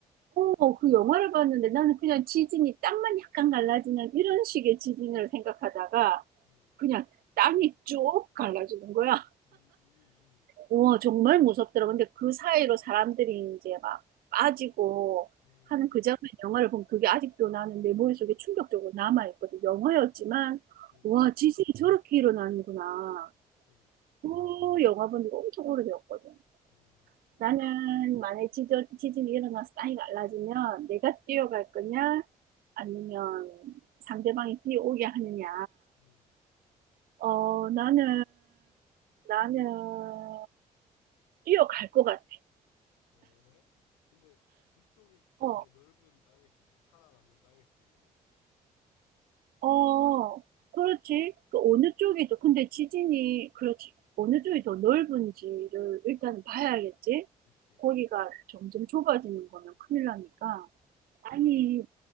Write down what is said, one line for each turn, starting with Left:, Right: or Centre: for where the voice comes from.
Right: 어, 그 영화를 봤는데 나는 그냥 지진이 땅만 약간 갈라지는 이런 식의 지진을 생각하다가
Left: 음,
Right: 그냥 땅이 쭉 갈라지는 거야.
Left: 음, 음,
Right: 우와, 정말 무섭더라. 근데 그 사이로 사람들이 이제 막 빠지고
Left: 음,
Right: 하는 그 장면 영화를 보면 그게 아직도 나는 내 머릿속에 충격적으로 남아있거든. 영화였지만,
Left: 음,
Right: 와, 지진이 저렇게 일어나는구나.
Left: 음,
Right: 그 영화 본 지가 엄청 오래되었거든.
Left: 음,
Right: 나는
Left: 음,
Right: 만약에 지 지진이 일어나서 땅이 갈라지면 내가 뛰어갈 거냐? 아니면 상대방이 뛰어오게 하느냐?
Left: 음.
Right: 어, 나는, 나는 뛰어갈 것 같아.
Left: 어, 왜? 근데 그쪽이
Right: 어,
Left: 더 넓은 땅일 수 있잖아. 살아남는 땅일 수도 있는 거잖아.
Right: 어, 그렇지. 그 어느 쪽이 더, 근데 지진이, 그렇지. 어느 쪽이 더 넓은지를 일단 봐야겠지.
Left: 그치?
Right: 거기가 점점 좁아지는 거는 큰일 나니까. 아니,